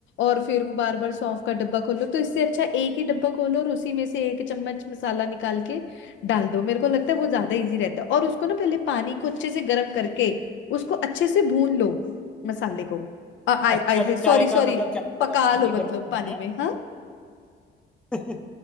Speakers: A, on the left (about 70°); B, in the centre.
A: और फिर वो बार बार सौंफ का डब्बा खोलो तो इससे अच्छा एक ही डब्बा खोलो और उसी में से एक चम्मच मसाला निकाल के डाल दो मेरे को लगता है वो ज्यादा इजी रहता है और उसको ना पहले पानी को अच्छे से गर्म करके उसको अच्छे से भून लो मसाले को आ, आई
B: अच्छा
A: आई आई
B: जो
A: सॉरी
B: चाय का
A: सॉरी
B: मतलब चाय का
A: पका
B: जो पानी
A: लो मतलब
B: गर्म करना
A: पानी में हाँ
B: है <laughs>